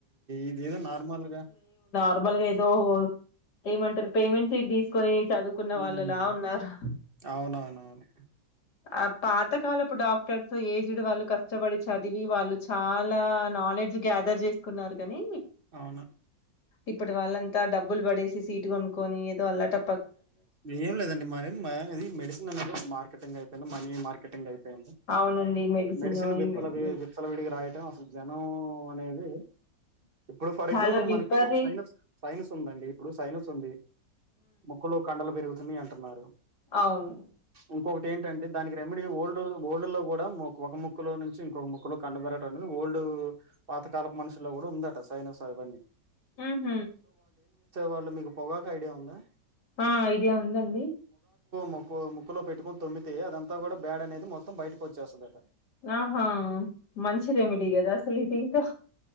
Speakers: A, on the right; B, on the left.
A: ఇది ఏదో నార్మల్గా
B: నార్మల్ గా ఏదో ఏమంటారు పేమెంట్ తీసుకొని చదువుకున్న
A: హ్మ్
B: వాళ్ళులా ఉన్నారు
A: అవునవునవును.
B: ఆ పాతకాలపు డాక్టర్స్ ఏజ్ వాళ్ళు కష్టపడి చదివి వాళ్ళు చాలా నాలెడ్జ్ గ్యాదర్ చేస్త కున్నారు కాని
A: అవును.
B: ఇప్పటి వాళ్ళంతా డబ్బులు పడేసి సీటు కొనుక్కొని ఏదో అల్లట
A: ఏం లేదండి మరి ఇది మెడిసిన్ అనేది మార్కెటింగ్ అయిపోయింది మనీ మార్కె కటింగ్ అయిపోయింది
B: అవునండి
A: మెడిసిన్
B: ఈ
A: విప్పల
B: మెడ్
A: విచ్చల విడిగి రాయడంం అసలు జనం అనే అ ఇప్పుడు ఫర్
B: చాలా
A: ఎగ్జాంపుల్
B: విపరీత
A: మనకి ఒక సైనస్ సైనస్ ఉందండి ఇప్పుడు సైనస్ ఉంది ముకులు కండలు పెరుగు అని అంటున్నారు
B: అవును
A: ఇంకొకటి ఏంటంటే దానికి రెమెడీ ఓల్డ్ ఓల్డ్ లో కూడా ఒక ముక్కలో నుంచి ఇంకొక ముక్క్కలో కండబెరటం అది ఓల్డ్ పాతకాలపు మనుషులో కూడా ఉందట సైైనస్ ఆవన్నీ
B: ఆ హ
A: వాళ్మీకు పొగాక ఐడియా ఉందా
B: ఆ ఐడియా ఉందండి
A: ముక్కుక్ ముక్కులో పెటుకుొని తుమ్మితే అది అంతా కూడా బ్యాడ్ అనేది మొత్తం బయటకి వచ్చేస్తుందిట
B: ఆహా మంచి రెమిడి కదా అసలు ఇది ఇంకా